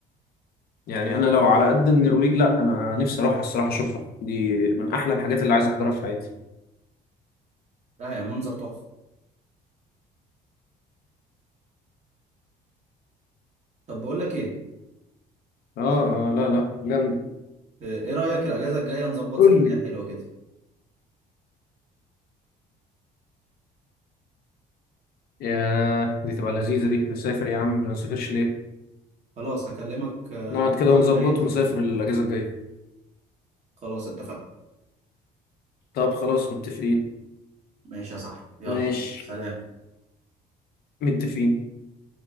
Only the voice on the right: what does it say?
لا يا منظر تحفة طب بقول لك ايه
آه، ايه رأيك الأجازة الجاية نظبط
سفرية
حلوة كده
خلاص هكلمك آه،
الأسبوع
الجاي نظبط
خلاص اتفقنا
ماشي يا صاحبي يلا
سلام